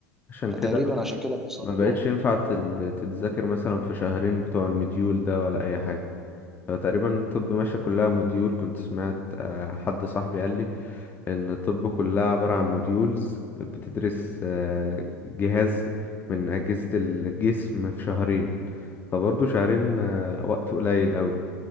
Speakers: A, on the left (about 25°); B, in the centre.
A: عشان
B: فتقريبا
A: كده
B: عشان كده فصلوها
A: ما بقتش ينفع تل- تتذاكر مثلا في شهرين بتوع المديول ده ولا اي حاجة هو تقريبا الطب ماشية كلها موديول كنت سمعت آه، حد صاحبي قال لي ان الطب كلها عبارة عن موديولز بتدرس آه، جهاز من أجهزة الجسم في شهرين فبرضه شهرين آه، وقت قليل قوي